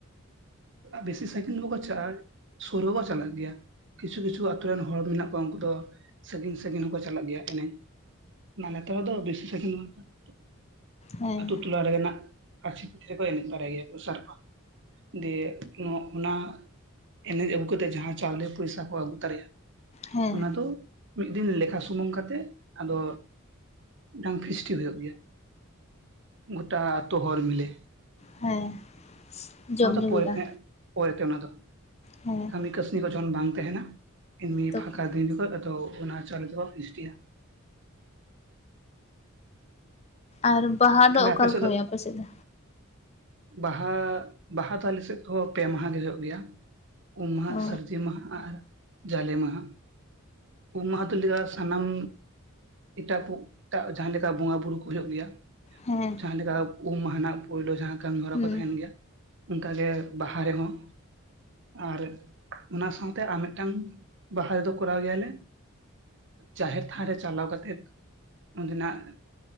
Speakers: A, on the right; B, on the left.
A: ᱵᱤᱥᱤ ᱥᱟᱭᱠᱤᱞ ᱵᱟᱠᱚ ᱪᱟᱞᱟᱜᱼᱟ ᱥᱳᱨ ᱦᱚᱵᱚ ᱪᱟᱞᱟᱜ ᱜᱮᱭᱟ, ᱠᱤᱪᱷᱩ ᱠᱤᱪᱷᱩ ᱟᱹᱛᱩ ᱨᱮᱱ ᱦᱚᱲ ᱢᱮᱱᱟᱜ ᱠᱚᱣᱟ ᱩᱱᱠᱩ ᱫᱚ ᱥᱟᱺᱜᱤᱧ ᱥᱟᱺᱜᱤᱧ ᱦᱚᱸᱠᱚ ᱪᱟᱞᱟᱜ ᱜᱮᱭᱟ ᱮᱱᱮᱡ, ᱱᱟ ᱱᱮᱛᱟᱨ ᱫᱚ ᱵᱮᱥᱤ ᱥᱠᱤᱱ <inaudible>
B: ᱦᱮᱸ
A: ᱟᱛᱳ ᱴᱚᱞᱟ ᱨᱮᱱᱟᱜ ᱠᱟᱥᱤ ᱯᱷᱤ ᱨᱮᱠᱚ ᱮᱱᱮᱡ ᱫᱟᱲᱮ ᱟᱭᱟ ᱠᱚ ᱥᱟᱨᱦᱟᱣ ᱫᱮᱭᱮ, ᱚᱱᱟ ᱮᱱᱮᱡ ᱟᱹᱜᱩ ᱠᱟᱛᱮᱜ ᱡᱟᱦᱟᱸ ᱪᱟᱣᱞᱮ ᱯᱩᱭᱥᱟ ᱠᱚ ᱟᱹᱜᱩ ᱛᱟᱨᱟᱭᱟ-
B: ᱦᱮᱸ
A: ᱚᱱᱟ ᱫᱚ ᱢᱤᱫ ᱫᱤᱱ ᱞᱮᱠᱟ ᱥᱩᱢᱩᱝ ᱠᱟᱛᱮᱜ ᱟᱫᱚ ᱢᱤᱫᱴᱟᱝ ᱠᱷᱤᱥᱴᱤ ᱦᱩᱭᱩᱜ ᱜᱮᱭᱟ᱾ ᱜᱳᱚᱴᱟ ᱛᱚᱳ ᱦᱚᱲ ᱢᱤᱞᱮ᱾
B: ᱦᱮᱸ ᱡᱚᱢ
A: ᱚᱱᱟ ᱫᱚ
B: ᱧᱩ
A: ᱯᱚᱨᱮ
B: ᱦᱩᱭᱩᱜᱼᱟ
A: ᱛᱮ ᱯᱚᱨᱮ ᱛᱮ ᱚᱱᱟ ᱫᱚ,
B: ᱦᱮᱸ
A: ᱠᱟᱹᱢᱤ ᱠᱟᱹᱥᱱᱤ ᱠᱚ ᱡᱚᱠᱷᱚᱱ ᱵᱟᱝ ᱛᱟᱦᱮᱱᱟ, ᱮᱢᱱᱤ
B: ᱛᱚᱠᱷᱚᱱ
A: ᱯᱷᱟᱸᱠᱟ ᱫᱤᱱ ᱨᱮᱠᱚ ᱟᱫᱚ ᱚᱱᱟ ᱪᱟᱣᱮ ᱫᱚᱠᱚ ᱯᱤᱥᱴᱤᱜᱼᱟ᱾
B: ᱟᱨ ᱵᱟᱦᱟ ᱫᱚ
A: ᱛᱟᱦᱞᱮ
B: ᱚᱠᱟᱞᱮ
A: ᱟᱯᱮ
B: ᱞᱮᱠᱟ
A: ᱥᱮᱫ ᱫᱚ
B: ᱦᱩᱭᱩᱜᱼᱟ ᱯᱮᱥᱮᱫ ᱫᱚ?
A: ᱵᱟᱦᱟ ᱵᱟᱦᱟ ᱫᱚ ᱟᱞᱮ ᱥᱮᱫ ᱫᱚ ᱯᱮ ᱢᱟᱦᱟ ᱜᱮ ᱦᱩᱭᱩᱜ ᱜᱮᱭᱟ᱾ ᱩᱢ ᱢᱟᱦᱟ
B: ᱚ
A: ᱥᱟᱹᱨᱫᱤ ᱢᱟᱦᱟ ᱟᱨ ᱡᱟᱞᱮ ᱢᱟᱦᱟ᱾ ᱩᱢ ᱢᱟᱦᱟ ᱫᱚ ᱞᱮᱫᱟᱭ ᱥᱟᱱᱟᱢ ᱮᱴᱟ ᱯᱩ ᱮᱴᱟᱜ ᱡᱟᱦᱟᱸ ᱞᱮᱠᱟ ᱵᱚᱸᱜᱟ ᱵᱩᱨᱩ ᱠᱚ ᱦᱩᱭᱩᱜ ᱜᱮᱭᱟ᱾
B: ᱦᱮᱸ
A: ᱡᱟᱦᱟᱸ ᱞᱮᱠᱟ ᱩᱢ ᱢᱟᱦᱟ ᱱᱟᱜ ᱯᱳᱭᱞᱳ ᱡᱟᱦᱟᱸ ᱠᱟᱹᱢᱤᱦᱚᱨᱟ
B: ᱦᱩᱸ
A: ᱠᱚ ᱛᱟᱦᱮᱱ ᱜᱮᱭᱟ᱾ ᱚᱱᱠᱟᱜᱮ ᱵᱟᱦᱟ ᱨᱮᱦᱚᱸ, ᱟᱨ ᱚᱱᱟ ᱥᱟᱶᱛᱮ ᱟᱨ ᱢᱮᱜᱴᱟᱝ ᱵᱟᱦᱟ ᱨᱮᱫᱚ ᱠᱚᱨᱟᱣ ᱜᱮᱭᱟᱞᱮ, ᱡᱟᱦᱮᱨ ᱛᱷᱟᱱ ᱨᱮ ᱪᱟᱞᱟᱣ ᱠᱟᱛᱮᱜ ᱚᱸᱰᱮᱱᱟᱜ